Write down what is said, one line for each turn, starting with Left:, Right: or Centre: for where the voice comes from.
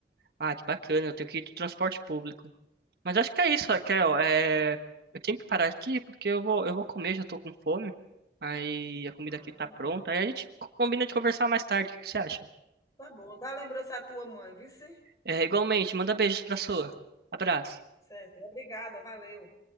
Right: ah, que bacana, eu tenho que ir de transporte público. Mas acho que é isso, Raquel.
Left: É.
Right: É, eu tenho que parar aqui porque eu vou, eu vou comer, já tô com fome. Aí a comida
Left: Ah,
Right: aqui tá
Left: tá
Right: pronta.
Left: bom.
Right: Aí a gente combina de conversar mais tarde. O que você acha?
Left: Tá bom, dá lembrança à tua mãe, viu? cê?
Right: É, igualmente, manda beijos pra sua. Abraço.
Left: Certo, obrigada, valeu.